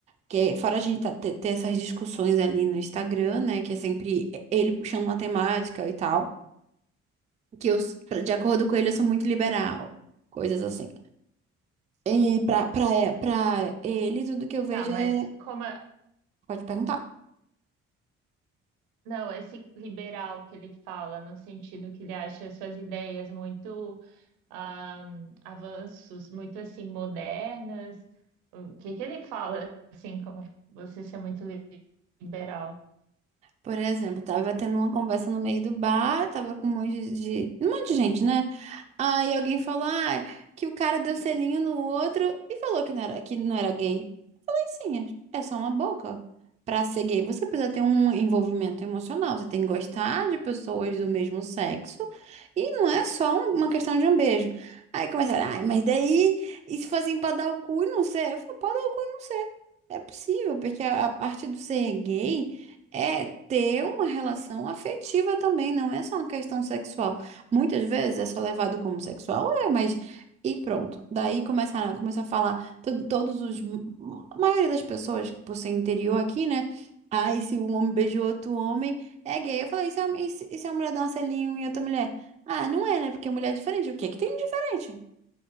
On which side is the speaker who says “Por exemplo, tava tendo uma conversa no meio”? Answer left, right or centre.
Right